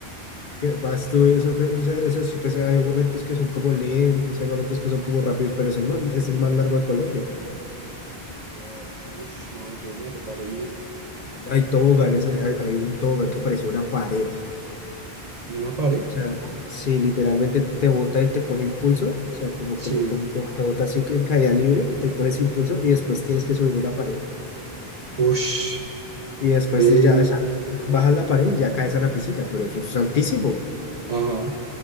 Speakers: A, on the left; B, on the right.
A: <laughs> que vas tú, eso, te- o sea, eso sí, pues hay momentos que son como lentos, hay momentos que son como rápidos, pero es el más, es el más largo de Colombia.
B: Bo- ento- Ush, no, entonces me va a tocar ir.
A: Hay toboganes, hay, hay hay un tobogán que parecía una pared.
B: ¿En ¿Una pared?
A: O sea, si literalmente te bota y te coge impulso, o sea, como,
B: Sí.
A: como, como te, te bota así en caída libre, y te coges impulso y después tienes que subir una pared.
B: Ush,
A: Y después
B: ve.
A: ya, o sea, bajas la pared y ya caes a la piscina, pero eso es altísimo.
B: Ajá.